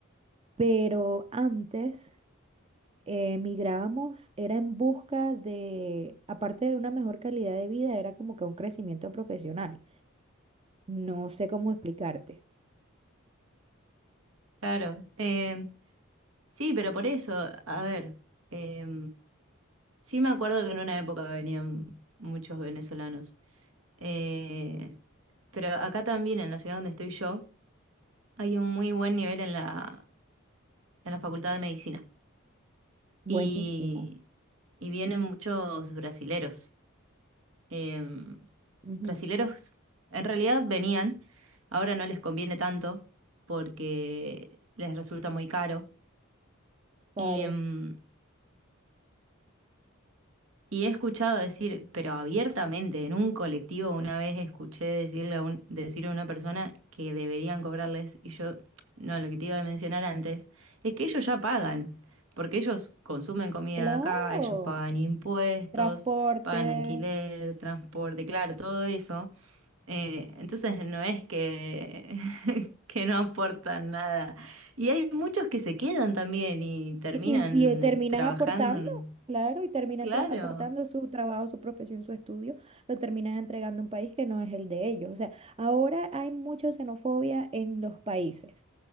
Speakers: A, on the right; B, on the right.
A: Pero antes eh, emigrábamos, era en busca de, aparte de una mejor calidad de vida, era como que un crecimiento profesional. No sé cómo explicarte.
B: claro. Eh, sí, pero por eso, a ver, eh, sí me acuerdo que en una época venían muchos venezolanos. Eh, pero acá también, en la ciudad donde estoy yo, Hay un muy buen nivel en la, en la Facultad de Medicina
A: Buenísimo.
B: y, y vienen muchos brasileros. Em,
A: Ujú.
B: brasileros en realidad venían, ahora no les conviene tanto porque les resulta muy caro.
A: Claro,
B: Y, em, Y he escuchado decir, pero abiertamente, en un colectivo una vez escuché decirle a un- decir a una persona que deberían cobrarles, y yo, no, lo que te iba a mencionar antes, es que ellos ya pagan, porque ellos consumen comida
A: claro.
B: acá, ellos pagan impuestos,
A: Transporte,
B: pagan alquiler, transporte, claro, todo eso. Eh, entonces no es que, <laughs> que no aportan nada. Y hay muchos que se quedan también y terminan
A: Y, y, eh, terminan
B: trabajando.
A: aportando, claro, y terminan
B: Claro.
A: tra- aportando su trabajo, su profesión, su estudio, lo terminan entregando a un país que no es el de ellos. O sea, ahora hay mucha xenofobia en los países